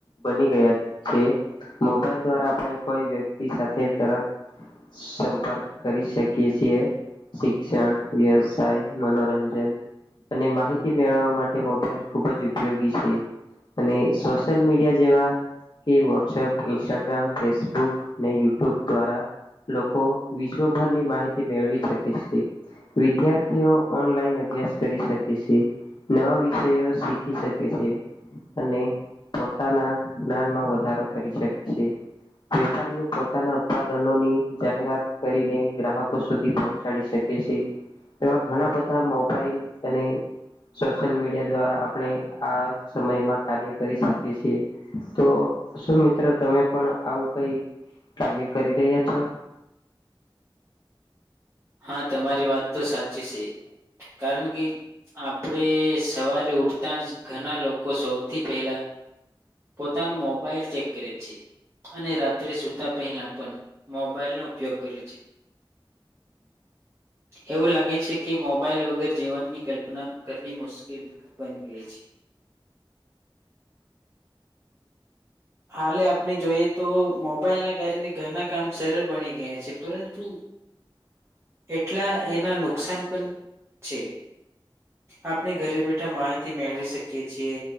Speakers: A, on the left; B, on the right.
A: બની ગયા છે મોબાઈલ દ્વારા આપણે કોઈ વ્યક્તિ સાથે તરત સંપર્ક કરી શકીએ છીએ શિક્ષણ વ્યવસાય મનોરંજન અને માહિતી મેળવવા માટે મોબાઈલ ખૂબ જ ઉપયોગી છે અને સોશિયલ મીડિયા જેવા કે વોટ્સઅપ ઇન્સ્ટાગ્રામ ફેસબુક અને યુટ્યુબ દ્વારા લોકો વિશ્વભરની માહિતી મેળવી શકે. વિદ્યાર્થીઓ ઓનલાઈન અભ્યાસ કરી શકે છે નવા વિષયો શીખી શકે છે અને પોતાના જ્ઞાનમાં વધારો કરી શકે છે વેપારીઓ પોતાના ઉત્પાદનોની જાહેરાત કરીને ગ્રાહકો સુધી પ ચડી શકી છે એવા ઘણા બધા મોબાઈલ અને સોશિયલ મીડિયા દ્વારા આપણે આ સમયમાં કાર્ય કરી શકી છીએ તો શું મિત્રો તમે પણ આવું કઈ કાર્ય કરી રહ્યા છો.
B: હા તમારી વાત તો સાચી છે. કારણ કે આપણેે સવારે ઉઠતા જ ઘણા લોકો સૌથી પહેલા પોતાનો મોબાઈલ ચેક કરે છે અને રાત્રે સુતા પહેલા પણ મોબાઈલનો ઉપયોગ કરે છે એવું લાગે છે કે મોબાઈલ વગર જીવનની કલ્પના કરવી મુશ્કેલ બની ગઈ છે. હાલે આપણે જોઈએ તો મોબાઈલ ના કારણે ઘરના કામ સરળ બની ગયા છે પરંતુ એટલા એના નુકસાન પણ છે આપણે ઘરે બેઠા માહિતી મેળવી શકીએ છીએ